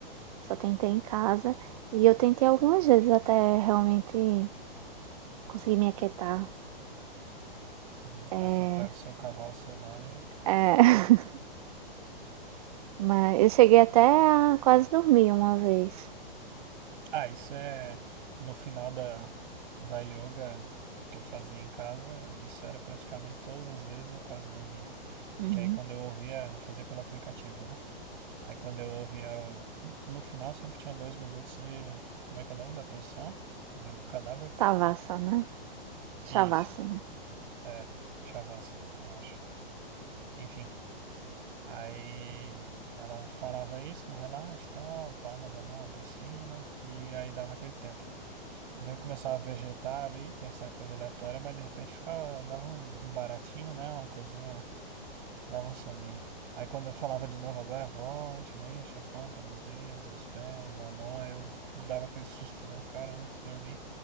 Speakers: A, on the right; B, on the right.
A: Só tentei em casa. E eu tentei algumas vezes até realmente conseguir me aquietar.
B: Hum,
A: É,
B: Aquietar o seu cavalo selvagem.
A: é, <laughs> mas eu cheguei até a quase dormir uma vez.
B: Ah, isso é no final da, da yoga que eu fazia em casa, isso era praticamente todas as vezes eu quase dormia. Porque
A: Uhum.
B: aí quando eu ouvia, eu fazia pelo aplicativo, né? Aí quando eu ouvia, no final sempre tinha dois minutos de, como é que é o nome da posição? Do cadáver?
A: Savasana, Shavasana.
B: Isso, é, Shavasana, eu acho. Enfim, Aí ela falava isso, né? Relaxa, tal, palma da mão pra cima, e aí dava aquele tempo. Eu começava a vegetar ali, pensar em coisa aleatória, mas de repente ficava, dava um um baratinho, né? Uma coisinha, dava um soninho. Aí quando eu falava de novo agora, volte, mexa a ponta dos dedos, dos pés, da mão, aí eu dava aquele susto, né? Caramba, dormi.